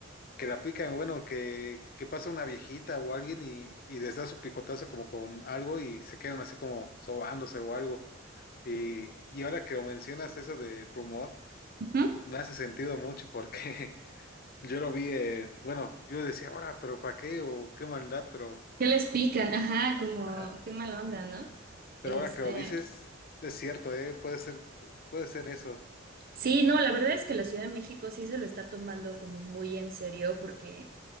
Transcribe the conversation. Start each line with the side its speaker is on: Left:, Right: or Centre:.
Left: que la aplican, bueno, que, que pasa una viejita o alguien y, y les da su picotazo como con algo y se quedan así como sobándose o algo. Y, y ahora que lo mencionas eso de rumor,
Right: Ujú.
Left: me hace sentido mucho porque <laughs> yo lo vi, eh, bueno, yo decía, ahora, pero ¿para qué? o qué maldad, pero,
Right: ¿Qué les pican? Ajá, como,
Left: Ajá.
Right: qué mala onda, ¿no?
Left: pero
Right: Este,
Left: ahora que lo dices, es cierto, eh, puede ser, puede ser eso.
Right: sí, no, la verdad es que la Ciudad de México sí se lo está tomando como muy en serio porque